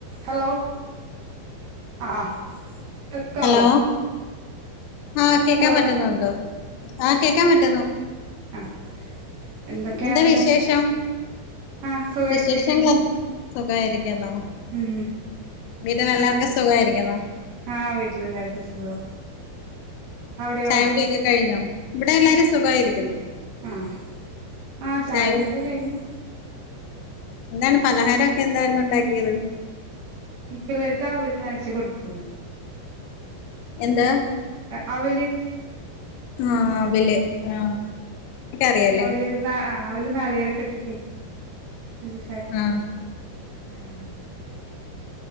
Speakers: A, on the right; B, on the left.
A: Hello ആഹ് കേക്കാവോ
B: hello ആഹ് കേക്കാൻ
A: ഹലോ
B: പറ്റുന്നുണ്ട് ആഹ് കേക്കാൻ പറ്റുന്നു
A: അഹ് എന്തൊക്കെയാ
B: എന്താ
A: പിന്നെ
B: വിശേഷം
A: ആഹ് സുഖായ്ട്ടിരിക്കുന്നു
B: വിശേഷങ്ങൾ എന്ത് സുഖായിരിക്കുന്നോ?
A: ഉം
B: വീട്ടിലെല്ലാർക്കും സുഖായിരിക്കുന്നോ?
A: ആഹ് വീട്ടില് എല്ലാര്ക്കും സുഖം അവിടെയോ
B: ചായ കുടിയൊക്കെ കഴിഞ്ഞോ ഇവിടെ എല്ലാരും സുഖായിരിക്കുന്നു
A: ആഹ് ആഹ് ചായ
B: ചായകുടി
A: കുടിയൊക്കെ കഴിഞ്ഞു
B: എന്താണ് പലഹാരൊക്കെ എന്തായിരുന്നു ഉണ്ടാക്കിയത്
A: പിള്ളേർക്ക് അവല് നനച്ച് കൊടുക്കുന്നു
B: എന്താ
A: ആഹ് അവല്
B: ആഹ് അവല് ആഹ് ഒക്കെ അറിയാല്ലേ
A: അവല് ന ആഹ് അവല് നാളികേരവൊക്കെയിട്ടിട്ട് പഞ്ചസാരയൊക്കെയിട്ട്
B: ആഹ്
A: ആഹ്